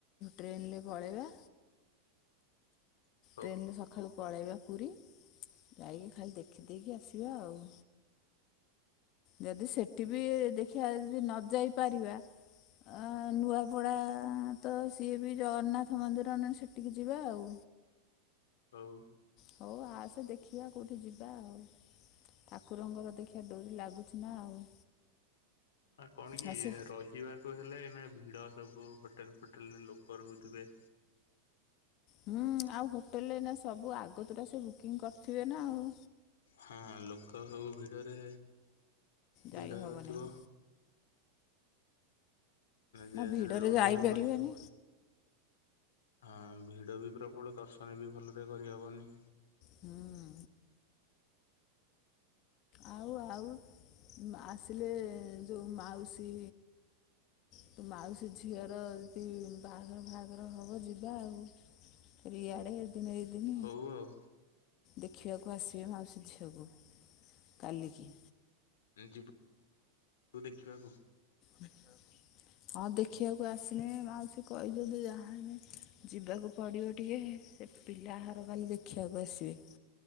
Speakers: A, on the left (about 45°); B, on the left (about 75°).
A: ଟ୍ରେନରେ ପଳେଇବା।
B: <inaudible>
A: ଟ୍ରେନରେ ସଖାଳୁ ପଳେଇବା ପୁରୀ ଯାଇକି ଖାଲି ଦେଖିଦେଇକି ଆସିବା ଆଉ। ଯଦି ସେଠି ବି ଦେଖିବା ଯଦି ନ ଯାଇପାରିବା। ଆ ନୂଆପଡ଼ା ତ ସିଏ ବି ଜଗନ୍ନାଥ ମନ୍ଦିର ନହେନେ ସେଠିକି ଯିବା ଆଉ।
B: ହଉ।
A: ହଉ ଆସେ ଦେଖିବା କୋଉଠି ଯିବା ଆଉ। ଠାକୁରଙ୍କର ଦେଖିବା ଡୋରି ଲାଗୁଚି ନା ଆଉ।
B: ଆ କଣ କି
A: ଆଉ ସେ
B: ରହି ହିବାକୁ ହେଲେ ଏଇନା ଭିଡ଼ ସବୁ ହୋଟେଲ୍ ଫୋଟେଲ୍ରେ ଲୋକ ରହୁଥିବେ।
A: ହୁଁ ଆଉ ହୋଟେଲରେ ଏଇନା ସବୁ ଆଗତୁରା ସେ ବୁକିଂ କରିଥିବେ ନା ଆଉ।
B: ହଁ ଲୋକ ସବୁ ଭିଡ଼ରେ। ଭିଡ଼
A: ଯାଇ ହବନାଇଁ।
B: ଥିବ ଯେ
A: ନା ଭିଡ଼ରେ
B: ରହିହବନି।
A: ଯାଇପାରିବେନି
B: ହଁ ଭିଡ଼ ବି ପ୍ରବଳ ଦର୍ଶନ ବି ଭଲରେ କରିହେବନି।
A: ହୁଁ। ଆଉ ଆଉ ଆସିଲେ ଯେଉଁ ମାଉସୀ। ତୋ ମାଉସୀ ଝିଅର ଯଦି ବାହାଘର ଫାହାଘର ହବ ଯିବା ଆଉ। ରିଆଡେ ଏଇ ଦିନ ଏଇ ଦିନ
B: ହଉ ଆଉ
A: ଦେଖିବାକୁ ଆସିବେ ମାଉସୀ ଝିଅକୁ। କାଲି କି।
B: ଏ ଯିବୁୁ ତୁ ଦେଖିବାକୁ।
A: ଦେଖିବାକୁ। ହଁ ଦେଖିବାକୁ ଆସିନେ ମାଉସୀ କହେ ଯଦି ଯାହାହେଲେ ଯିବାକୁ ପଡ଼ିବ ଟିକେ। ପିଲା ଘର କାଲି ଦେଖିବାକୁ ଆସିବେ।